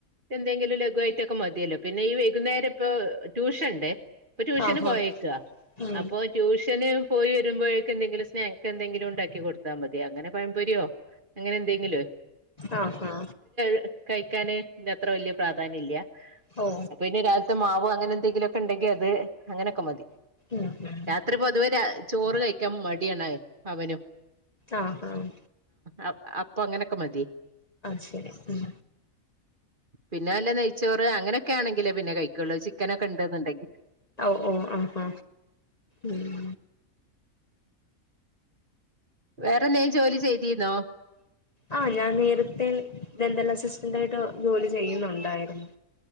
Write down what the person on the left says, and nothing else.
ആഹ് ആഹ്
ഉം
ആഹ് ഹ
ഓ
ഉം ഉം
ആഹ് ആഹ്
ശെരി ഉം
ഓ ആ ആ ഉം
ആഹ ഞാൻ നേരത്തെ ദന്തല്ലാ സിസ് ണ്ടായിട്ട് ജോലി ചെയ്യ്ന്നുണ്ടായിര്ന്നു.